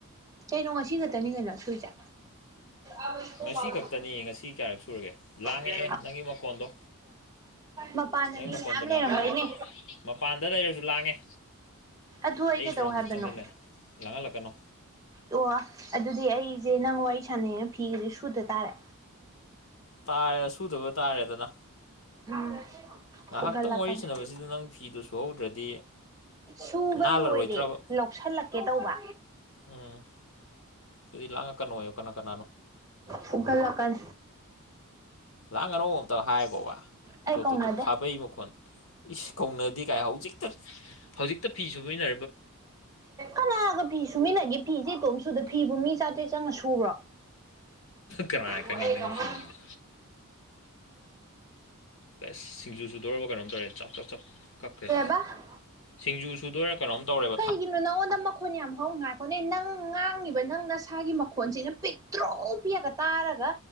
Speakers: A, on the right (about 15°); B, on the left (about 65°).
A: ꯆꯩꯩꯅꯣ ꯉꯁꯤ ꯈꯛꯇꯅꯤ ꯉꯩꯅ ꯁꯨꯏꯁꯦ ꯑꯕꯃꯨ
B: ꯉꯁꯤ ꯈꯛꯇꯅꯤ ꯉꯁꯤ ꯀꯌꯥꯔꯛ ꯁꯨꯔꯒꯦ ꯂꯥꯡꯉꯛꯑꯦ
A: ꯅꯦ
B: ꯅꯪꯒꯤ ꯃꯈꯣꯟꯗꯣ
A: ꯃꯄꯥꯟꯅ
B: ꯅꯪꯒꯤ
A: ꯃꯤ
B: ꯃꯈꯣꯟꯗꯣ
A: ꯃꯌꯥꯝ
B: ꯂꯥꯡꯉꯛꯈ꯭ꯔꯦ
A: ꯂꯩꯔꯝꯕꯣꯏꯅꯦ
B: ꯃꯄꯥꯟꯗ ꯂꯩꯔꯁꯨ ꯂꯥꯡꯉꯦ
A: ꯑꯗꯨ ꯑꯩ ꯀꯩꯗꯧ
B: ꯁꯣꯔꯣꯝꯗ
A: ꯍꯥꯏꯕꯅꯣ
B: ꯆꯪꯁꯤꯜꯂꯛꯑꯦ ꯂꯥꯡꯍꯜꯂꯛꯀꯅꯣ
A: ꯑꯣ ꯑꯗꯨꯗꯤ ꯑꯩꯁꯦ ꯅꯪ ꯋꯥꯔꯤ ꯁꯥꯟꯅꯅ ꯐꯤꯒꯁꯦ ꯁꯨꯗ ꯇꯥꯔꯦ
B: ꯇꯥꯔ ꯁꯨꯗꯕ ꯇꯥꯔꯦꯗꯅ
A: ꯎꯝ
B: ꯉꯥꯏꯍꯥꯛꯇꯪ
A: ꯨꯒꯜꯂꯥꯛꯀꯅꯤ
B: ꯋꯥꯔꯤ ꯁꯥꯟꯅꯕꯁꯤꯗ ꯅꯪ ꯐꯤꯗꯣ ꯁꯨꯍꯧꯗ꯭ꯔꯗꯤ
A: ꯁꯨꯕ
B: ꯅꯥꯜꯂꯔꯣꯏꯗ꯭ꯔꯕ
A: ꯂꯣꯏꯔꯦ ꯂꯧꯁꯤꯜꯂꯛꯀꯦ ꯇꯧꯕ
B: ꯎꯝ ꯑꯗꯨꯗꯤ ꯂꯥꯡꯉꯛꯀꯅꯣꯌꯣ ꯀꯅꯥ ꯀꯅꯥꯅꯣ
A: ꯐꯨꯒꯜ ꯂꯀꯥꯟ
B: ꯂꯥꯡ ꯑꯅꯧꯕ ꯑꯝꯇ ꯍꯥꯏꯀꯣꯕ
A: ꯑꯩ
B: ꯇꯣ
A: ꯀꯧꯅꯗꯦ
B: ꯇꯣ ꯇꯣ ꯈꯥꯕꯩ ꯃꯈꯣꯟ ꯏꯁ ꯀꯧꯅꯗꯤ ꯀꯥꯏ ꯍꯧꯖꯤꯛꯇ ꯍꯧꯖꯤꯛꯇ ꯐꯤ ꯁꯨꯕꯅ
A: ꯀꯅꯥꯒ ꯐꯤ ꯁꯨꯃꯤꯟꯅꯒꯦ ꯐꯤꯁꯦ ꯏꯇꯣꯝ ꯁꯨꯗ ꯐꯤꯕꯨ ꯃꯤ ꯆꯥꯇ꯭ꯔꯦ ꯆꯪꯉ ꯁꯨꯕ꯭ꯔꯣ
B: ꯀꯅꯥꯅ
A: ꯗꯣ
B: ꯈꯪꯅꯤ
A: ꯑꯩ
B: ꯅꯪ
A: ꯀꯃꯟ
B: ꯐꯤꯅꯤꯗꯣ ꯑꯁ ꯁꯤꯡꯖꯨ ꯁꯨꯗꯣꯔꯕ ꯀꯩꯅꯣꯝ ꯇꯧꯔꯦ ꯆꯞ ꯆꯞ ꯆꯞ ꯀꯛꯈ꯭ꯔꯦ
A: ꯕ <unintelligible> <inaudible>
B: ꯁꯤꯡꯖꯨ ꯁꯨꯗꯣꯏꯔ ꯀꯩꯅꯣꯝ ꯇꯧꯔꯦ
A: ꯀꯩꯒꯤꯅꯣ ꯅꯉꯣꯟꯗ ꯃꯈꯣꯟ ꯌꯥꯝ ꯍꯧ ꯉꯥꯏꯦ ꯍꯅꯦ ꯅꯪ ꯉꯥꯡꯉꯤꯕ ꯅꯪ ꯅꯁꯥꯒꯤ ꯃꯈꯣꯟꯁꯤꯅ ꯄꯤꯛꯇ꯭ꯔꯣ ꯄꯤꯛꯑꯒ ꯇꯥꯔꯒ